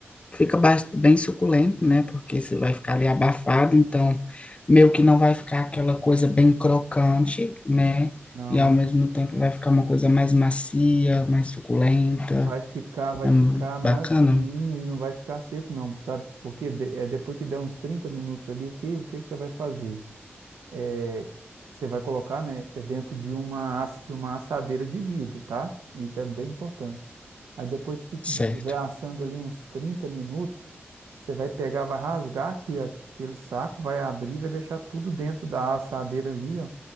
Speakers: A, on the left; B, on the right.
A: Fica bas- bem suculento, né? Porque você vai ficar ali abafado, então meio que não vai ficar aquela coisa bem crocante, né?
B: Não.
A: E ao mesmo tempo vai ficar uma coisa mais macia, mais suculenta.
B: Vai ficar, vai
A: É
B: ficar
A: mu-
B: macinho
A: bacana?
B: e não vai ficar seco, não, sabe? Porque de- é depois que der uns 30 minutos ali, o que, o que que você vai fazer? É, você vai colocar, né, é dentro de uma, ass- de uma assadeira de vidro, tá? Isso é bem importante. Aí depois que
A: Certo.
B: tiver assando ali uns 30 minutos, você vai pegar, vai rasgar aqui aquele saco, vai abrir, vai deixar tudo dentro da assadeira ali, ó,